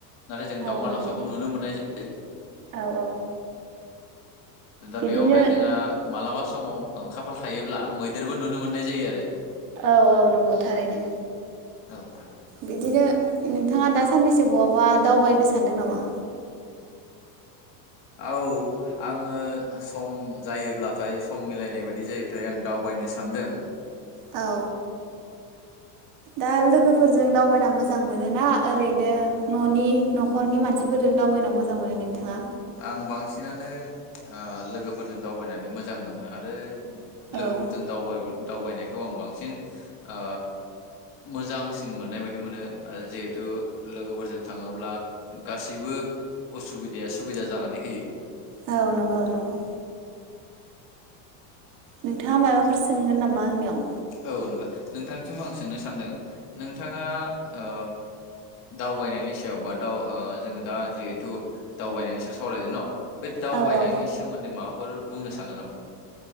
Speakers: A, on the left; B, on the right.
A: नाथाय जों दाावमा
B: औ नंगौ
A: दाावसाखौ नुनो मोननाय जायो
B: औ औ
A: दा
B: बिदिनो
A: बेवहाय जोंहा मालाबा समाव ओ खाफाल थायोब्ला मैदेरबो नुनो मोननाय जायो आरो
B: औ औ नंगौ थारैनो
A: औ नोंथां
B: बिदिनो नोंथांङा दा साननैसो बहाबा दावबायनो सानदों नामा
A: औ आंङो सम जायोब्लाथाय सम मिलायनाय बायदि जायो थाय आं दावबायनो सानदों
B: औ दा लोगोफोरजों दावबायना मोजां मोनोना ओरैनो न'नि न'खरनि मानसिफोरजों दावबायना मोजां मोनो नोंथांङा
A: आं बांसिनानो ओ लोगोफोरजों दावबायनानै मोजां मोनो आरो लोगोफोरजों
B: औ
A: दावबाय दावबायनायखौ आं बांसिन ओ मोजांसिन मोननाय बायदि मोनो आरो जिहेथु लोगोफोरजों थाङोब्ला गासिबो असुबिदाया सुबिदा जानानै होयो
B: औ नंगौ -नंगौ नोंथाङा मायबाफोर सोंगोन नामा आंनियाव?
A: औ नोंथां। नोंथांनिसिम आं सोंनो सान्दों नोंथाङा ओ दावबायनायनि सायाव बा दाव ओ जोङो दा जिहेथु दावबायनायनि सायाव सावरायदो न बे दावबायनायनि
B: औ औ
A: सोमोन्दै मा फोर बुंनो सानो नामा?